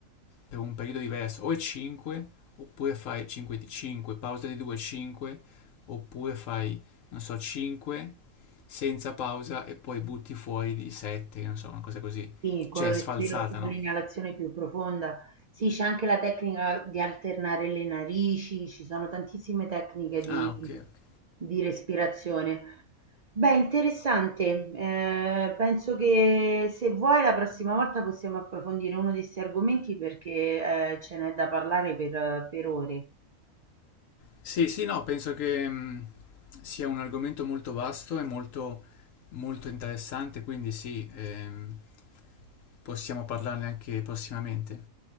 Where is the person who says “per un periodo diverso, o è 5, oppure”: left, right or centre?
Left